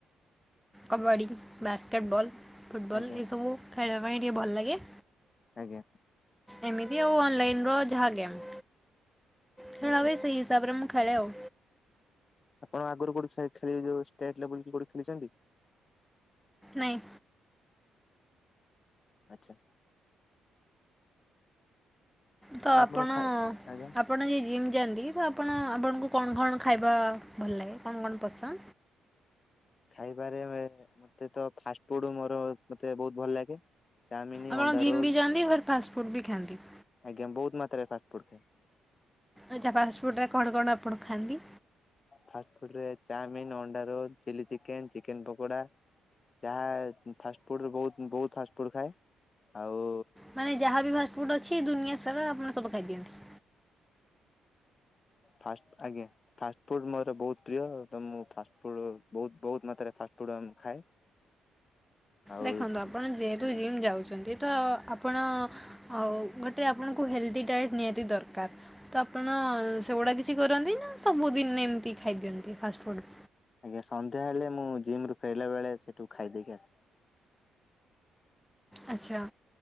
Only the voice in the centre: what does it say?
କବାଡ଼ି ବାସ୍କେଟବଲ୍। ଫୁଟବଲ୍
ଏସବୁ ଖେଳିବା ପାଇଁ ଟିକେ ଭଲ ଲାଗେ।
ଏମିତି ଆଉ ଅନଲାଇନର ଯାହା ଗେମ୍। ଖେଳା
ହୁଏ ସେଇ ହିସାବରେ ମୁ ଖେଳେ ଆଉ।
ନାଇଁ।
ତ
ଆପଣ
ଆପଣ ଯେ ଜିମି ଯାଆନ୍ତି ତ ଆପଣ ଆପଣଙ୍କୁ କଣ କଣ ଖାଇବା ଭଲ ଲାଗେ କଣ କଣ ପସନ୍ଦ?
ଆପଣ
ଜିମ୍
ବି ଯାଆନ୍ତି ଫେର୍ ଫାଷ୍ଟ ଫୁଡ ବି ଖାଆନ୍ତି।
ଆଚ୍ଛା ଫାଷ୍ଟଫୁଡ଼ ଟା କଣ କଣ ଆପଣ ଖାଆନ୍ତି?
ମାନେ ଯାହାବି ଫାଷ୍ଟଫୁଡ୍ ଅଛି ଦୁନିଆ ସାରା ଆପଣ ସବୁ ଖାଇଦିଅନ୍ତି।
ଦେଖନ୍ତୁ ଆପଣ ଯେହେତୁ
ଜିମ୍ ଯାଉଚନ୍ତି। ତ ଆପଣ ଆ ଗୋଟେ ଆପଣଙ୍କୁ ହେଲ୍ଦି ଡାଏଟ୍ ନିହାତି ଦରକାର। ତ ଆପଣ ସେଗୁଡ଼ା କିଛି କରନ୍ତି ନା ସବୁଦିନ ଏମିତି ଖାଇଦିଅନ୍ତି ଫାଷ୍ଟଫୁଡ?
ଆଚ୍ଛା